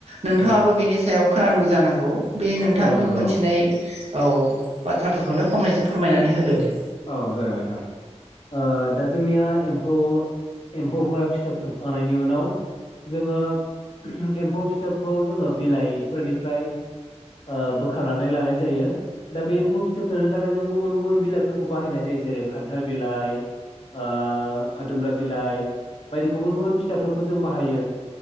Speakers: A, on the right; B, on the left.
A: नोंथाङाबो
B: औ
A: बेनि सायाव खोनादों जानांगौ बे नोंथां
B: औ नंगौ
A: मोनथिनाय औ बाथ्राफोरखौनो फंनैसो फोरमायनानै होदो दे।
B: औ जागोन नोंथां ओ दा जोंनिया एम्फौ एम्फौफोरा फिथोब थोबखांनायनि उनाव जोङो एम्फौ फिथोबखौ जोङो बिलाइफोरनिफ्राय ओ बोखारनानै लानाय जायो दा बे एम्फौ फिथोब थोबनो थाखाय जों गुबुन गुबुन बिलाइफोर खौ बाहायनाय जायो जेरै खान्थाल बिलाइ ओ आदुमब्रा बिलाइ बायदि गुबुन गुबुन फिथाफोरखौ जों बाहायो